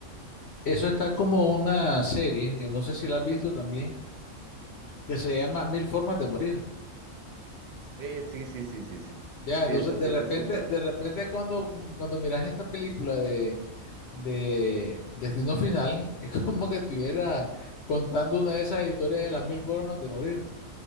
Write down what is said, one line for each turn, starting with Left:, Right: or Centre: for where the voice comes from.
Left: Eso está como una serie, que no sé si la has visto también, que se llama Mil Formas de Morir.
Right: Eh, sí, sí, sí, sí, sí.
Left: Ya,
Right: Sí,
Left: entonces
Right: esa
Left: de
Right: sí
Left: repente,
Right: la he escuchado.
Left: de repente cuando, cuando miras esta película de, de Destino Final, <laughs> es como que estuviera contando una de esas historias de las mil formas de morir.